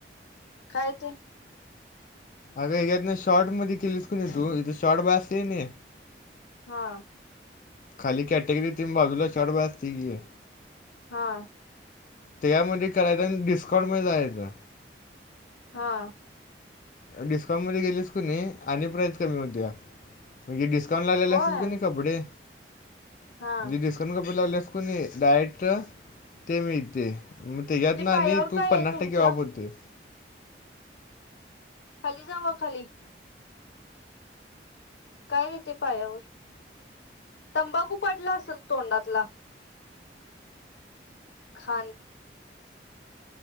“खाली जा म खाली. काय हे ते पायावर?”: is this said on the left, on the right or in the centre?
Left